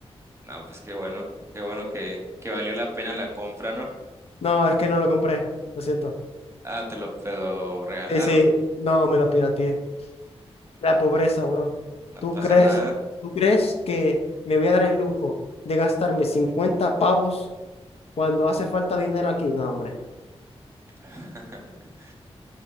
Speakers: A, on the right; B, on the left.
A: No, pues qué bueno, qué bueno que, que valió la pena la compra, ¿no?
B: No, es que no lo compré, lo siento.
A: Ah, te lo, te lo regalaron.
B: Sí, sí, no, me lo pirateé. La pobreza, bro.
A: No
B: ¿Tú
A: pasa
B: crees,
A: nada.
B: tú crees que me voy a dar el lujo de gastarme 50 pavos cuando hace falta dinero aquí? No, hombre.
A: <laughs>